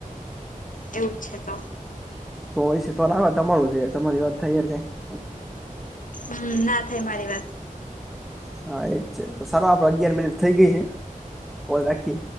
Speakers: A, on the left (about 65°); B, in the centre.
A: એવું જ છે તો.
B: તોય છે થોડા વા તમારું છે તમારી વાત થઈયને કઈ.
A: હમ ના થાય મારી વાત.
B: હા એજ છે તો સારો આપડે અગિયાર મિનિટ થઈ ગઈ છે કોલ રાખીએ.